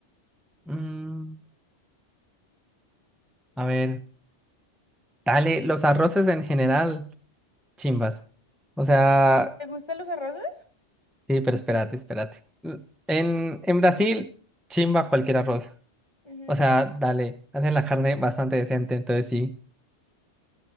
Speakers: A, in the centre; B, on the left (about 25°).
A: Mm, a ver, dale. Los arroces en general, chimbas. O sea,
B: ¿Te gustan los arroces?
A: sí, pero espérate, espérate. L- En, en Brasil, chimba cualquier arroz.
B: Ujú.
A: O sea, dale. Hacen la carne bastante decente, entonces sí.